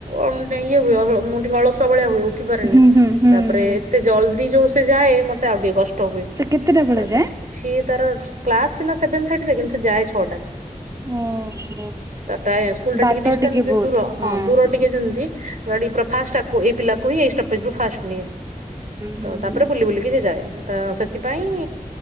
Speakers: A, on the right; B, on the right.
A: ଅ, ଡେ ଇଏ ହୁଏ। ଅହଳ ମୁଁ ଟିକେ ଅଳସୁଆ ଭଳିଆ ହୁଏ। ଉଠି ପାରେନି।
B: ହୁଁ ହୁଁ ହୁଁ
A: ତାପରେ
B: ହୁଁ
A: ସେ ଜଲଦି ଯୋଉ ସେ ଯାଏ ମତତେ ଆଉ ଟିକେ କଷ୍ଟ ହୁଏ।
B: ସେ କେତେଟା ବେଳେ
A: ତାପରେ
B: ଯାଏ?
A: ସିଏ ତାର କ୍ଲାସ୍ ସିନା ସେଭେନ୍ ଥାଟି ରେ କିନ୍ତୁ ସେ ଯାଏ ଛଅଟାରେ।
B: ଓହୋ
A: ତା ଟାଏ ସ୍କୁଲ୍ ଟା
B: ବାଟ
A: ଟିକେ ଡିସଟାନ୍ସ
B: ବହୁତ
A: ଯେ ଦୂର ହଁ ଦୂର
B: ହୁଁ
A: ଟିକେ ଯେମିତି ଗାଡି ପୁରା ଫାଷ୍ଟ ଆକୁ ଏଇ ପିଲାକୁ ହିଁ ଏଇ ଷ୍ଟପେଜ୍ ରୁ ଫାଷ୍ଟ ନିଏ।
B: ହୁଁ
A: ତ ତାପରେ
B: ହୁଁ
A: ବୁଲି ବୁଲିକି ସେ ଯାଏ। ହଁ ତ ସେ ଥିପାଇଁ